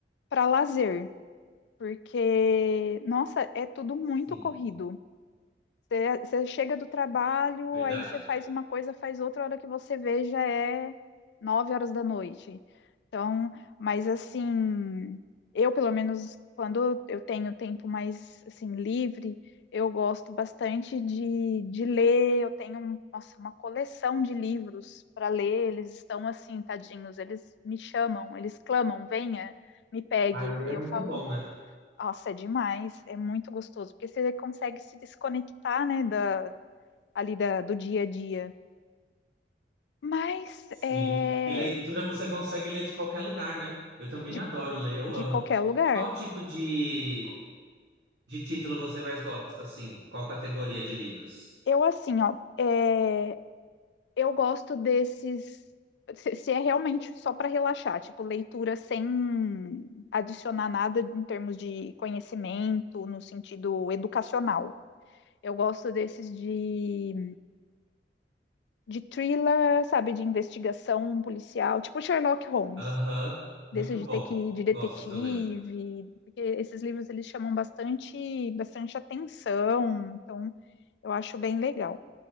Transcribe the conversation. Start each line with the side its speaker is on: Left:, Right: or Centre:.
Left: para lazer, porque, nossa, é tudo muito
Right: Sim,
Left: corrido. Você você chega do trabalho,
Right: verdade.
Left: aí você faz uma coisa, faz outra, a hora que você vê já é nove horas da noite. Então, mas assim, eu pelo menos quando eu tenho tempo mais assim livre, eu gosto bastante de, de ler. Eu tenho um- nossa, uma coleção de livros para ler. Eles estão assim, tadinhos, eles me chamam, eles clamam, venha, me pegue.
Right: Ai, ler
Left: E
Right: é
Left: eu
Right: muito
Left: falo
Right: bom, né?
Left: nossa, é demais, é muito gostoso, porque você consegue se desconectar, né, da, ali da, do dia a dia. Mas
Right: Sim,
Left: é,
Right: e leitura você consegue ler de qualquer lugar, né? Eu também
Left: de,
Right: adoro ler, eu
Left: de
Right: amo.
Left: qualquer lugar.
Right: Qual tipo de, de título você mais gosta, assim? Qual categoria de livros?
Left: Eu, assim, ó, é, eu gosto desses. Se, se é realmente só para relaxar, tipo, leitura sem adicionar nada em termos de conhecimento, no sentido educacional. Eu gosto desses de, de thriller, sabe, de investigação policial, tipo Sherlock Holmes.
Right: Aham, muito
Left: desse de
Right: bom.
Left: ter que ir de detetive,
Right: Gosto também.
Left: porque esses livros eles chamam bastante, bastante atenção, então eu acho bem legal.